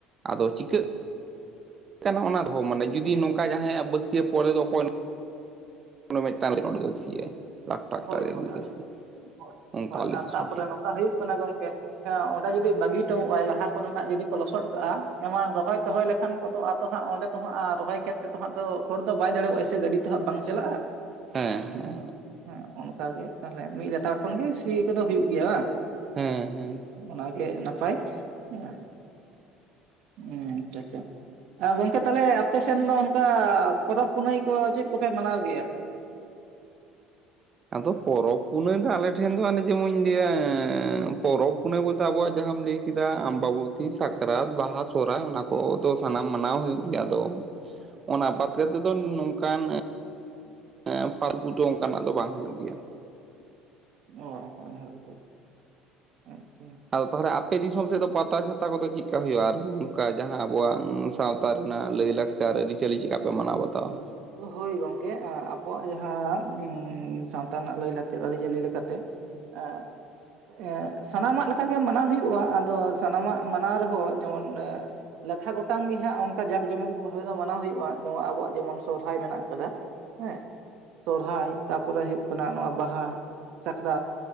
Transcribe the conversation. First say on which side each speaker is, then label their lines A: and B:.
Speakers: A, on the right; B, on the right.
A: ᱟᱫᱚ ᱪᱤᱠᱟᱹᱜ ᱠᱟᱱᱟ ᱚᱱᱟ ᱫᱚ ᱢᱟᱱᱮ ᱡᱩᱫᱤ ᱱᱚᱝᱠᱟ ᱡᱟᱦᱟᱸᱭᱟᱜ ᱵᱟᱹᱠᱤᱭᱟ ᱠᱚᱨᱮ ᱫᱚ ᱚᱠᱚᱭᱮ <unintelligible> ᱚᱱᱮ ᱢᱮᱫ ᱴᱟᱝ ᱞᱟᱹᱜᱤᱫ ᱟᱸᱰᱮ ᱫᱚ ᱥᱤᱭᱟᱭ ᱞᱟᱠᱷ ᱴᱟᱠ
B: ᱦᱳᱭ
A: ᱴᱟᱨᱮ
B: ᱦᱳᱭ
A: ᱟᱹᱜᱩᱭ
B: ᱦᱳᱭ
A: ᱛᱮ ᱥᱤᱭᱟᱭ
B: ᱦᱳᱭ
A: ᱚᱱᱠᱟ
B: ᱦᱳᱭ
A: ᱟᱞᱮᱛᱮ
B: ᱟᱨ
A: ᱥᱚᱝᱥᱟᱨ
B: ᱛᱟᱯᱚᱨᱮ ᱱᱚᱝᱠᱟ ᱦᱳᱭᱳᱜ ᱠᱟᱱᱟ ᱜᱚᱝᱠᱮ ᱚᱸᱰᱮ ᱡᱩᱫᱤᱭ ᱵᱟᱹᱜᱤ ᱴᱚᱜᱼᱟᱭ ᱞᱟᱦᱟ ᱠᱚᱨᱮᱱᱟᱜ ᱡᱩᱫᱤ ᱠᱚ ᱞᱚᱥᱚᱰ ᱠᱟᱜᱼᱟ ᱮᱢᱟᱱ ᱨᱚᱦᱚᱭ ᱛᱚᱦᱚᱭ ᱞᱮᱠ ᱠᱷᱟᱱ ᱠᱚᱛᱚ ᱟᱨ ᱛᱚ ᱦᱟᱸᱜ ᱚᱸᱰᱮ ᱟᱨ ᱨᱚᱦᱚᱭ ᱠᱷᱮᱛ ᱛᱮᱫᱚ ᱦᱟᱸᱜ ᱫᱚ ᱠᱷᱚᱲ ᱫᱚ ᱵᱟᱭ ᱫᱟᱲᱮᱭᱟᱜᱼᱟᱭ ᱥᱮ ᱜᱟᱹᱰᱤ ᱛᱮ ᱦᱟᱸᱜ ᱵᱟᱝ ᱪᱟᱞᱟᱜᱼᱟ
A: ᱦᱮᱸ
B: ᱚᱸ
A: ᱦᱮᱸ
B: ᱦᱮᱸ ᱚᱱᱠᱟ ᱜᱮ ᱛᱟᱦᱞᱮ ᱢᱤᱜ ᱞᱮᱛᱟᱲ ᱠᱷᱚᱱ ᱜᱮ ᱥᱤ ᱠᱚᱫᱚ ᱦᱩᱭᱩᱜ ᱜᱮᱭᱟ ᱵᱟᱝ
A: ᱦᱮᱸ ᱦᱮᱸ
B: ᱚᱱᱟᱜᱮ ᱱᱟᱯᱟᱭ ᱮᱸ ᱦᱩᱸ ᱟᱪᱪᱷᱟ ᱟᱪᱪᱷᱟ ᱟᱸ ᱜᱚᱝᱠᱮ ᱛᱟᱦᱚᱞᱮ ᱟᱯᱮ ᱥᱮᱱ ᱫᱚ ᱚᱱᱠᱟ ᱯᱚᱨᱚᱵᱽ ᱯᱩᱱᱟᱹᱭ ᱠᱚ ᱪᱮᱜ ᱠᱚᱯᱮ ᱢᱟᱱᱟᱣ ᱜᱮᱭᱟ?
A: ᱟᱫᱚ ᱯᱚᱨᱚᱵᱽ ᱯᱩᱱᱟᱹᱭ ᱫᱚ ᱟᱞᱮ ᱴᱷᱮᱱ ᱫᱚ ᱦᱟᱸᱜ ᱱᱤᱡᱮᱢᱚᱧ ᱞᱮᱭᱟ ᱯᱚᱨᱚᱵᱽ ᱯᱩᱱᱟᱹᱭ ᱵᱚᱞᱛᱮ ᱟᱵᱚᱣᱟᱜ ᱡᱟᱦᱟᱸᱢ ᱞᱮᱭ ᱠᱤᱫᱟ ᱟᱢᱵᱟᱵᱩᱛᱤ ᱥᱟᱠᱨᱟᱛ ᱵᱟᱦᱟ ᱥᱚᱨᱦᱟᱭ ᱚᱱᱟ ᱠᱚᱫᱚ ᱥᱟᱱᱟᱢ ᱢᱟᱱᱟᱣ ᱦᱩᱭᱩᱜ ᱜᱮᱭᱟ ᱚᱫᱟ ᱚᱱᱟ ᱵᱟᱫ ᱠᱟᱛᱮᱜ ᱫᱚ ᱱᱚᱝᱠᱟᱱ ᱦᱮᱸ ᱯᱷᱟᱹᱜᱩ ᱫᱚ ᱚᱱᱠᱟᱱᱟᱜ ᱫᱚ ᱵᱟᱝ ᱦᱩᱭᱩᱜ ᱜᱮᱭᱟ᱾
B: ᱚ ᱦᱳᱭ ᱦᱳᱭ ᱟᱪᱪᱷᱟ
A: ᱛᱟᱦᱚᱞᱮ ᱟᱯᱮ ᱫᱤᱥᱚᱢ ᱥᱮᱫ ᱫᱚ ᱯᱟᱛᱟ ᱪᱷᱟᱛᱟ ᱠᱚᱫᱚ ᱪᱮᱫᱠᱟ ᱦᱳᱭᱳᱜᱼᱟ ᱟᱨ ᱱᱚᱝᱠᱟ ᱡᱟᱦᱟᱸ ᱟᱵᱚᱣᱟᱝ ᱥᱟᱶᱛᱟ ᱥᱟᱶᱛᱟ ᱨᱮᱱᱟᱜ ᱞᱟᱹᱭ ᱞᱟᱠᱪᱟᱨ ᱪᱮᱜᱠᱟ ᱯᱮ ᱢᱟᱱᱟᱣ ᱵᱟᱛᱟᱣᱟ
B: ᱦᱳᱭ ᱜᱚᱝᱠᱮ ᱟᱵᱚᱣᱟᱜ ᱡᱟᱦᱟᱸ ᱥᱟᱶᱛᱟ ᱨᱮᱱᱟᱜ ᱞᱟᱹᱭ ᱞᱟᱠᱪᱟᱨ ᱟᱹᱨᱤᱪᱟᱹᱞᱤ ᱞᱮᱠᱟᱛᱮ <unintelligible> ᱥᱟᱱᱟᱢᱟᱜ ᱞᱮᱠᱟᱜᱮ ᱢᱟᱱᱟᱣ ᱦᱩᱭᱩᱜᱼᱟ ᱟᱫᱚ ᱥᱟᱱᱟᱢᱟᱜ ᱢᱟᱱᱟᱣ ᱨᱮᱦᱚᱸ ᱡᱮᱢᱚᱱ ᱞᱮᱠᱷᱟ ᱜᱚᱴᱟᱝ ᱜᱮ ᱦᱟᱸᱜ ᱚᱱᱠᱟ ᱡᱟᱠ ᱡᱚᱢᱚᱠ ᱫᱚ ᱦᱟᱹᱜ ᱚᱱᱟᱦᱚ ᱦᱩᱭᱩᱜᱼᱟ ᱱᱚᱶᱟ ᱟᱵᱚᱣᱟᱜ ᱡᱮᱢᱚᱱ ᱥᱚᱨᱦᱟᱭ ᱢᱮᱱᱟᱜ ᱟᱠᱟᱫᱟ ᱦᱮᱸ ᱥᱚᱨᱦᱟᱭ ᱛᱟᱯᱚᱨᱮ ᱦᱳᱭᱩᱜ ᱠᱟᱱᱟ ᱱᱚᱶᱟ ᱵᱟᱦᱟ ᱥᱟᱠᱨᱟᱛ